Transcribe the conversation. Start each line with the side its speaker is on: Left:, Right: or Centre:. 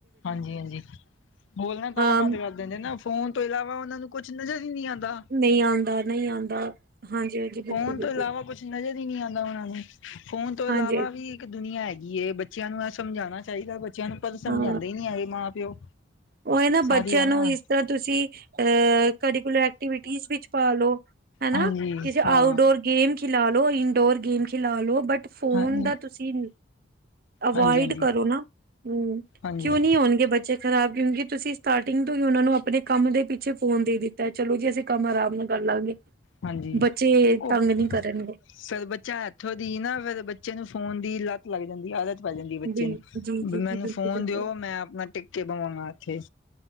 Left: ਹਾਂਜੀ ਹਾਂਜੀ, ਬੋਲਣਾ ਤਾਂ
Right: ਹਾਂ
Left: ਬੰਦ ਕਰ ਦਿੰਦੇ ਨਾ ਫੋਨ ਤੋਂ ਇਲਾਵਾ ਉਹਨਾ ਨੂੰ ਕੁਛ ਨਜ਼ਰ ਹੀ ਨਹੀਂ ਆਦਾ।
Right: ਨਹੀਂ ਆਦਾ ਨਹੀਂ ਆਦਾ, ਹਾਂਜੀ। ਬਿਲਕੁਲ
Left: ਫੋਨ
Right: ਬਿਲਕੁਲ
Left: ਤੋਂ ਇਲਾਵਾ ਕੁਛ ਨਜ਼ਰ ਹੀ ਨੀ ਆਦਾ ਉਹਨਾ ਨੂੰ, ਫੋਨ ਤੋਂ
Right: ਹਾਂਜੀ
Left: ਇਲਾਵਾ ਵੀ ਇੱਕ ਦੁਨੀਆਂ ਹੈਗੀ ਐਂ, ਬੱਚਿਆਂ ਨੂੰ ਇਹ ਸਮਝਾਉਂਣਾ ਚਾਹੀਦਾ, ਬੱਚਿਆਂ ਨੂੰ ਪਰ ਸਮਝਾਉਂਦਾ
Right: ਹਾਂ
Left: ਹੀ ਨੀ ਐਗੇ ਮਾਂ ਪਿਓ।
Right: ਉਹ ਇਹ ਨਾ
Left: ਸਾਰੀ
Right: ਬੱਚਿਆਂ
Left: ਗੱਲ
Right: ਨੂੰ
Left: ਨਾ
Right: ਇਸ ਤਰ੍ਹਾਂ ਤੁਸੀਂ ਅਆ ਕਰੀਕੁਲਰ ਐਕਟੀਵਿਟੀ ਵਿੱਚ ਪਾਲੋ। ਹਨਾ,
Left: ਹਾਂਜੀ
Right: ਕਿਸੇ ਆਊਟ
Left: ਹਾਂ
Right: ਡੋਰ ਗੇਮ ਖਿਲਾ ਲੋ, ਇਨਡੋਰ ਗੇਮ ਖਿਲਾ ਲੋ, ਬਟ ਫੋਨ
Left: ਹਾਂਜੀ
Right: ਦਾ ਤੁਸੀਂ ਅਵੋਇਡ
Left: ਹਾਂਜੀ ਹਾਂਜੀ
Right: ਕਰੋ ਨਾ, ਹੂੰ
Left: ਹਾਂਜੀ
Right: ਕਿਉਂ ਨੀ ਹੋਣਗੇ ਬੱਚੇ ਖਰਾਬ ਕਿਉਂਕਿ ਤੁਸੀਂ ਸਟਾਰਟਿੰਗ ਤੋਂ ਹੀ ਉਹਨਾਂ ਨੂੰ ਆਪਣੇ ਕੰਮ ਦੇ ਪਿੱਛੇ ਫੋਨ ਦੇ ਦਿੱਤਾ ਆ, ਚਲੋਂ ਜੀ ਅਸੀਂ ਕੰਮ ਆਰਾਮ ਨਾਲ ਕਰ ਲਵਾਂਗੇ।
Left: ਹਾਂਜੀ
Right: ਬੱਚੇ
Left: ਉਹ
Right: ਤੰਗ ਨੀ ਕਰਨਗੇ।
Left: ਫੇਰ ਬੱਚਾ ਇੱਥੋਂ ਦੀ ਨਾ ਫੇਰ ਬੱਚੇ ਨੂੰ ਫੋਨ ਦੀ ਲੱਤ ਲੱਗ ਜਾਂਦੀ ਐ, ਆਦਤ ਪੈ ਜਾਂਦੀ ਬੱਚੇ
Right: ਬਿਲ
Left: ਨੂੰ
Right: ਜੀ ਜੀ
Left: ਵੀ ਮੈਨੂੰ
Right: ਜੀ ਬਿਲਕੁਲ
Left: ਫੋਨ
Right: ਬਿਲਕੁਲ
Left: ਦਿਓ, ਮੈਂ ਆਪਣਾ ਟਿੱਕੇ ਬਵਾਗਾ ਇੱਥੇ।